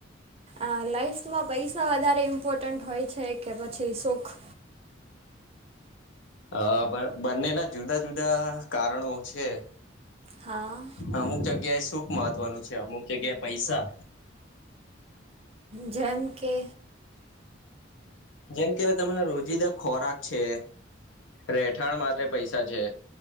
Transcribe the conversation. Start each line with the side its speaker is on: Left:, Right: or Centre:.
Right: આ લાઈફ માં પૈસા વધારે ઇમ્પોર્ટન્ટ હોય છે કે પછી સુખ?
Left: હ બંનેના જુદા જુદા કારણો છે.
Right: હા.
Left: અમુક જગ્યા એ શુંખ મહત્વનું છે અમુક જગ્યાએ પૈસા.
Right: જેમ કે
Left: જેમ કેવા તમારા રોજિદા ખોરાક છે. રહેઠાણ માટે પૈસા છે.